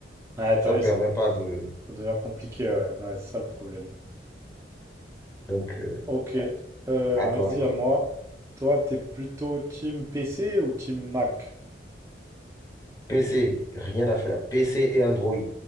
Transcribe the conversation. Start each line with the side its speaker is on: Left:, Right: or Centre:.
Right: Ouais, t'as
Left: ça
Right: vu,
Left: permet
Right: ça
Left: pas de...
Right: ça devient compliqué, ouais. Ouais, c'est ça le problème.
Left: Donc, euh,
Right: Ok, euh,
Left: à
Right: vas-y
Left: toi.
Right: à moi. Toi, t'es plutôt team PC ou team Mac?
Left: PC, rien à faire. PC et Android.